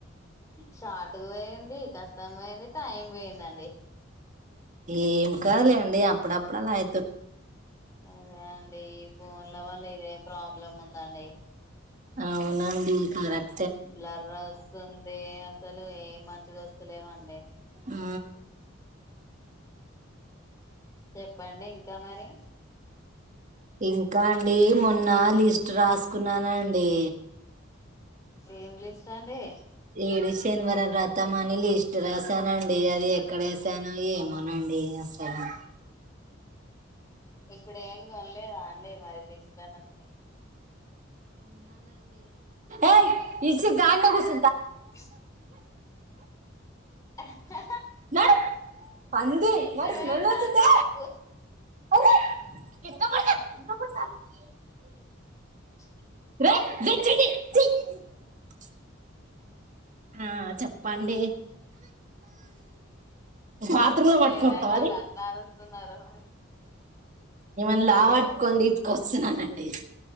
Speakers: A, on the left; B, on the right.
A: షార్ట్కు పోయింది కష్టం పోయిది టైం పోయిందండి
B: ఏం కాలే డి అప్పుడప్ డల్లా అయితు
A: అవన్ ఈ ఫోన్ల వల్ల ఇదే ప్రాబ్లం ఉందండి
B: అవునండి కరెక్ట్
A: బ్లర్ ఓస్తూన్ దే అసలు ఏం మంచి గోస్తులేవండి
B: ఆ
A: చెప్పండి ఇంకా మరి
B: ఇంకా అం ఏ మొన్న లిస్ట్ రాసుకున్నానన్ ది
A: ఏం లిస్ట్ అండి
B: ఏడు శనివార వ్రతం అని లిస్ట్ రాసానండి అది ఎక్కడ వేసానో ఏమోనండి అస్సలు
A: ఇప్పుడు ఏం కొనలేదా మరి లిస్ బ
B: ఏ ఇే జా నకుస
A: <unintelligible> ఆహ
B: నడు పంది
A: ఇచివంద
B: నడు స్మెల్ వస్తుంది
A: అండేకు
B: రేయ్ <inaudible>
A: <unintelligible>
B: <inaudible> ఆ చెప్పండి బాత్రూమ్ లో పట్టుకొస్తావా
A: ఏమైనా
B: అది
A: అట్లా అరుస్తున్నారు
B: నిమల్ లావట్క ఇ వస్తున్నానండి